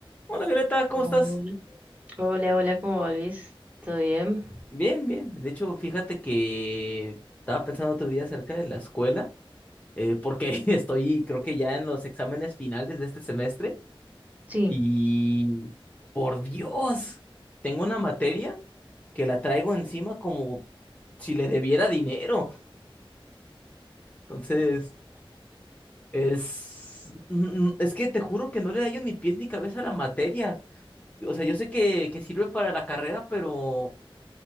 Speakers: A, on the left; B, on the right.
A: Hola Violeta, ¿cómo
B: Hola,
A: estás?
B: hola, hola, ¿cómo va Luis? ¿Todo bien?
A: Bien, bien. De hecho, fíjate que estaba pensando otro día acerca de la escuela, eh, porque <laughs> estoy, creo que ya en los exámenes finales de este semestre
B: Sí,
A: y, por Dios, tengo una materia que la traigo encima como si le debiera dinero. Entonces, es, mm, es que te juro que no le hallo ni pies ni cabeza a la materia. O sea, yo sé que, que sirve para la carrera, pero...